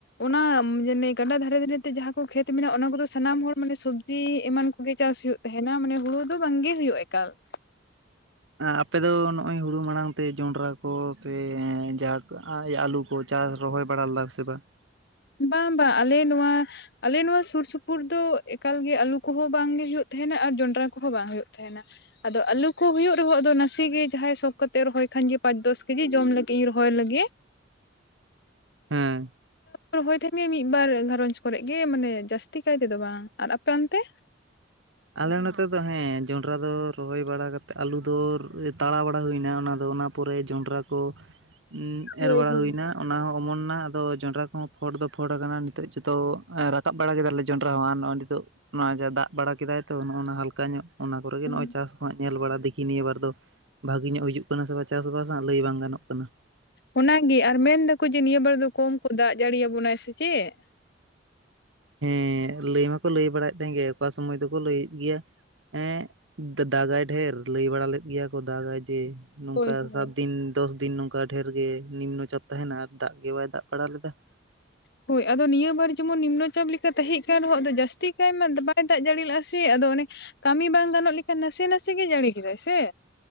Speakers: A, on the left; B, on the right.
A: ᱚᱱᱟ ᱡᱟᱱᱮ ᱜᱟᱰᱟ ᱫᱷᱟᱨᱮ ᱫᱷᱟᱨᱮ ᱛᱮ ᱡᱟᱦᱟᱸ ᱠᱚ ᱠᱷᱮᱛ ᱢᱮᱱᱟᱜᱼᱟ ᱚᱱᱟ ᱠᱚᱫᱚ ᱥᱟᱱᱟᱢ ᱦᱚᱲ ᱢᱟᱱᱮ ᱥᱚᱵᱽᱡᱤ ᱮᱢᱟᱱ ᱜᱮ ᱪᱟᱥ ᱦᱩᱭᱩᱜ ᱛᱟᱦᱮᱸᱱᱟ ᱢᱟᱱᱮ ᱦᱩᱲᱩ ᱫᱚ ᱵᱟᱝᱜᱮ ᱦᱩᱭᱩᱜᱼᱟ ᱮᱠᱟᱞ ᱾
B: ᱟᱯᱮ ᱫᱚ ᱱᱚᱸᱜᱼᱚᱭ ᱦᱩᱲᱩ ᱢᱟᱲᱟᱝ ᱛᱮ ᱡᱚᱱᱰᱨᱟ ᱠᱚ ᱥᱮ ᱡᱟᱦᱟᱸ ᱟᱹᱞᱩ ᱠᱚ ᱪᱟᱥ ᱨᱚᱦᱚᱭ ᱵᱟᱲᱟ ᱞᱮᱫᱟ ᱥᱮ ᱵᱟᱝ?
A: ᱵᱟᱝ ᱵᱟᱝ ᱟᱞᱮ ᱱᱚᱣᱟ ᱟᱞᱮ ᱱᱚᱶᱟ ᱥᱩᱨ ᱥᱩᱯᱩᱨ ᱫᱚ ᱮᱠᱟᱞᱜᱮ ᱟᱞᱩ ᱠᱚᱦᱚᱸ ᱵᱟᱝᱜᱮ ᱦᱩᱭᱩᱜ ᱛᱟᱦᱮᱸᱱᱟ ᱟᱨ ᱡᱚᱱᱰᱨᱟ ᱠᱚᱦᱚᱸ ᱵᱟᱝ ᱦᱩᱭᱩᱜ ᱛᱟᱦᱮᱸᱱᱟ ᱾ ᱟᱫᱚ ᱟᱞᱩ ᱠᱚ ᱦᱩᱭᱩᱜ ᱨᱮᱦᱚᱸ ᱟᱫᱚ ᱱᱟᱥᱮ ᱜᱮ ᱡᱟᱦᱟᱸᱭ ᱥᱚᱠ ᱠᱟᱛᱮᱜ ᱨᱚᱦᱚᱭ ᱠᱷᱟᱱ ᱜᱮ ᱯᱟᱸᱪ ᱫᱚᱥ ᱛᱮᱜᱮ ᱡᱚᱢ ᱞᱟᱹᱜᱤᱫ ᱤᱧ ᱨᱚᱦᱚᱭ ᱞᱟᱹᱜᱤᱫᱼᱟ,
B: ᱦᱮᱸ᱾
A: ᱨᱚᱦᱚᱭ ᱛᱟᱦᱮᱸᱱᱮ ᱢᱤᱫ ᱵᱟᱨ ᱜᱷᱟᱨᱚᱸᱧᱡᱽ ᱠᱚᱨᱮ ᱜᱮ ᱢᱟᱱᱮ ᱡᱟᱹᱥᱛᱤ ᱠᱟᱭ ᱛᱮᱫᱚ ᱵᱟᱝ ᱾ ᱟᱨ ᱟᱯᱮ ᱚᱱᱛᱮ?
B: ᱟᱞᱮ ᱱᱚᱛᱮ ᱫᱚ ᱦᱮᱸ ᱡᱚᱸᱱᱰᱨᱟ ᱫᱚ ᱨᱚᱦᱚᱭ ᱵᱟᱲᱟ ᱠᱟᱛᱮᱫ ᱟᱹᱞᱩ ᱫᱚ ᱛᱟᱲᱟ ᱵᱟᱲᱟ ᱦᱩᱭᱱᱟ ᱚᱱᱟᱫᱚ ᱚᱱᱟ ᱯᱚᱨᱮ ᱡᱚᱸᱰᱨᱟ ᱠᱚ ᱩᱸ
A: ᱦᱳᱭ
B: ᱮᱨ ᱵᱟᱲᱟ
A: ᱦᱳᱭ
B: ᱦᱩᱭᱱᱟ ᱚᱱᱟ ᱦᱚᱸ ᱚᱢᱚᱱ ᱱᱟ ᱟᱫᱚ ᱡᱚᱸᱰᱨᱟ ᱠᱚᱦᱚᱸ ᱯᱷᱚᱴ ᱫᱚ ᱯᱷᱚᱰ ᱠᱟᱱᱟ ᱱᱤᱛᱚᱜ ᱡᱚᱛᱚ ᱨᱟᱠᱟᱵ ᱵᱟᱲᱟ ᱠᱮᱫᱟᱞᱮ ᱡᱚᱸᱰᱨᱟ ᱦᱚᱸ ᱟᱨ ᱱᱚᱸᱜᱼᱚᱭ ᱱᱤᱛᱳᱜ ᱱᱚᱸᱜᱼᱚᱭ ᱡᱟ ᱫᱟᱜ ᱵᱟᱲᱟ ᱠᱮᱫᱟᱭ ᱛᱚ ᱱᱚᱸᱜ ᱱᱚᱣᱟ ᱦᱟᱞᱠᱟ ᱧᱚᱜ ᱚᱱᱟ ᱠᱚᱨᱮ ᱜᱮ
A: ᱦᱮᱸ
B: ᱱᱚᱜᱚᱭ ᱪᱟᱥ ᱥᱚᱢᱳᱡ ᱧᱮᱞ ᱵᱟᱲᱟ ᱫᱤᱠᱷᱤ ᱱᱤᱭᱟᱹ ᱵᱟᱨ ᱫᱚ ᱵᱷᱟᱜᱮ ᱧᱚᱜ ᱦᱤᱡᱩᱜ ᱠᱟᱱᱟ ᱥᱮ ᱵᱟᱝ ᱪᱟᱥᱵᱟᱥ ᱦᱟᱸᱜ ᱞᱟᱹᱭ ᱵᱟᱝ ᱜᱟᱱᱚᱜ ᱠᱟᱱᱟ ᱾
A: ᱚᱱᱟ ᱜᱮ ᱟᱨ ᱢᱮᱱ ᱫᱟᱠᱚ ᱡᱮ ᱱᱤᱭᱟᱹ ᱵᱟᱨ ᱫᱚ ᱠᱚᱢ ᱠᱚ ᱫᱟᱜ ᱡᱟᱹᱲᱤᱭᱟᱵᱚᱱᱟᱭ ᱥᱮ ᱪᱮᱫ?
B: ᱦᱮᱸ ᱞᱟᱹᱭ ᱢᱟᱠᱚ ᱞᱟᱹᱭ ᱵᱟᱲᱟᱭᱮᱫ ᱛᱟᱦᱮᱸᱱ ᱜᱮ ᱚᱠᱟ ᱥᱚᱢᱚᱭ ᱫᱚᱠᱚ ᱞᱟᱹᱭᱮᱫ ᱜᱮᱭᱟ ᱾ ᱮᱸᱜ ᱫᱟ ᱫᱟᱜᱟᱭ ᱰᱷᱮᱨ ᱞᱟᱹᱭ ᱵᱟᱲᱟ ᱞᱮᱫ ᱜᱮᱭᱟ ᱠᱚ ᱫᱟᱜᱟᱭ ᱡᱮ ᱱᱚᱝᱠᱟ
A: ᱦᱳᱭ ᱦᱳᱭ
B: ᱥᱟᱛᱫᱤᱱ ᱫᱚᱥᱫᱤᱱ ᱱᱚᱝᱠᱟ ᱰᱷᱮᱨᱜᱮ ᱱᱤᱢᱱᱚ ᱪᱟᱯ ᱛᱟᱦᱮᱸᱱᱟ ᱟᱨ ᱫᱟᱜ ᱜᱮ ᱵᱟᱭ ᱫᱟᱜ ᱵᱟᱲᱟ ᱞᱮᱫᱟ ᱾
A: ᱦᱳᱭ ᱟᱫᱚ ᱱᱤᱭᱟᱹ ᱵᱟᱨ ᱡᱮᱢᱚᱱ ᱱᱤᱢᱱᱚ ᱪᱟᱯ ᱞᱮᱠᱟ ᱛᱟᱦᱮᱸ ᱠᱟᱱ ᱨᱮᱦᱚᱸ ᱫᱚ ᱡᱟᱹᱥᱛᱤ ᱠᱟᱭ ᱢᱟ ᱵᱟᱭ ᱫᱟᱜ ᱡᱟᱹᱲᱤ ᱞᱮᱼᱟ ᱥᱮ ᱟᱫᱚ ᱚᱱᱮ ᱠᱟᱹᱢᱤ ᱵᱟᱝ ᱜᱟᱱᱚᱜ ᱞᱮᱠᱟ ᱱᱟᱥᱮ ᱱᱟᱥᱮ ᱜᱮ ᱡᱟᱹᱲᱮ ᱠᱮᱫᱟᱭ ᱥᱮ?